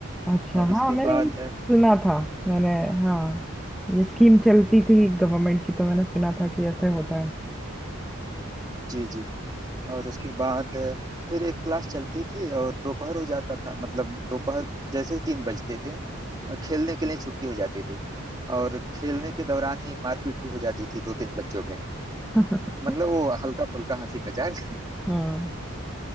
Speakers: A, in the centre; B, on the right.
A: अच्छा
B: और इसके
A: हाँ मैंने
B: बाद
A: ये सुना था मैंने हाँ ये स्कीम चलती थी गवर्नमेंट की तो मैंने सुना था कि ऐसे होता है
B: जी जी और उसके बाद फिर एक क्लास चलती थी और दोपहर हो जाता था मतलब दोपहर जैसे ही तीन बजते थे अ, खेलने के लिए छुट्टी हो जाती थी और खेलने के दौरान ही मारपीट भी हो जाती थी दो तीन बच्चों में
A: <laughs>
B: मतलब वो हल्का फुल्का हंसी मजाक
A: हाँ